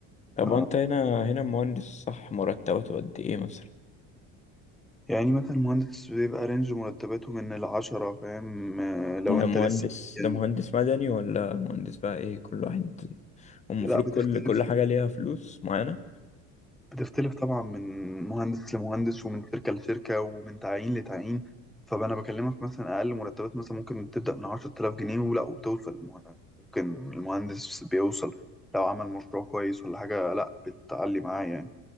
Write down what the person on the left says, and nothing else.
طب
وانت هنا هنا مهندس صح مرتباته قد ايه مثلا
ده
مهندس
ده مهندس مدني ولا مهندس بقى ايه كل واحد المفروض
كل كل حاجة ليها فلوس معينة